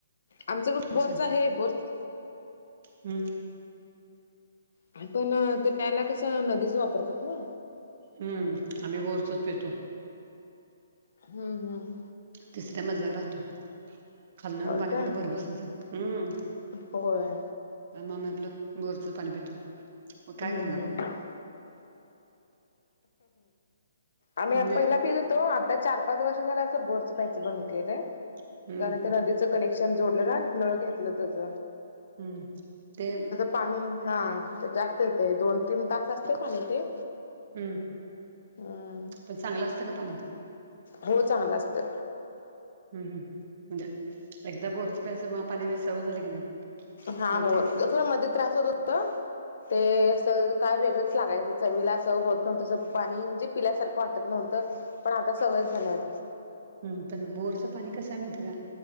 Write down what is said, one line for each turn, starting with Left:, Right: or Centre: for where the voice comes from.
Left: आमचं पण बोरच
Right: असं
Left: आहे. बोरच
Right: हम्म.
Left: पण तर पयला कसं नदीच वापरतात ना?
Right: हम्म आम्ही बोरचच पितो.
Left: हम् हम.
Right: तिसऱ्या मजल्यावर राहतो. खालन आणून
Left: हो
Right: पाणी
Left: का
Right: कुठे भर बसयचं हम्म
Left: होय
Right: माम आपलं बोरचं पाणी पितो मग काय
Left: हम्म
Right: करणार
Left: हम्म
Right: हो.
Left: आम्ही
Right: म्हणजे
Left: पहिला पित होतो आता चार पाच वर्ष झा अस बोर बंद के त्या
Right: हम्म
Left: कनेक्शन जोडलं ना नळ घेतलं त्याच.
Right: हम्म ते
Left: पाणी हा जास्त येते दोन तीन तास असते पाणी ते.
Right: हम्म
Left: हम्म.
Right: पण चांगलं असतं का पाणी?
Left: हो चांगलं असतं.
Right: हम् हम म्हणजे एकदा बोरचं प्यास मग पाणी व सवय झाली की नाही.
Left: हा
Right: मग
Left: हो
Right: ते
Left: खरं मध्ये त्रास होत होता. ते असं काय वेगळंच लागायचं चवीला असं होत नाही तसं पाणी म्हणजे पिल्यासारखं वाटत नव्हतं पण आता सवय झालं होता.
Right: हम् पण बोअरचं पाणी कसय मिळत का